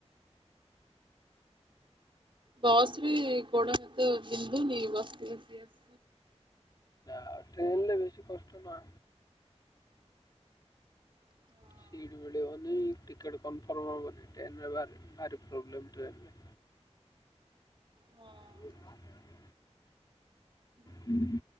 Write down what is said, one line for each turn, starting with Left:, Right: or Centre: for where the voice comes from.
Right: ବସ୍ ରେ ଗୋଡ଼ ହାତ ବିନ୍ଧୁନି ବସି ବସି ଆସ?
Left: ଆଉ ଟ୍ରେନ୍ ରେ ବେଶୀ କଷ୍ଟ ନା।
Right: ଆଉ।
Left: ସିଟ୍ ମିଳିବନି, ଟିକେଟ୍ କନଫର୍ମ ହବନି, ଟ୍ରେନ୍ ର ଭାରି ଭାରି ପ୍ରୋବ୍ଲେମ୍ ଟ୍ରେନ୍ ରେ।
Right: ହଁ। ହଁ।
Left: <inaudible> ହୁଁ।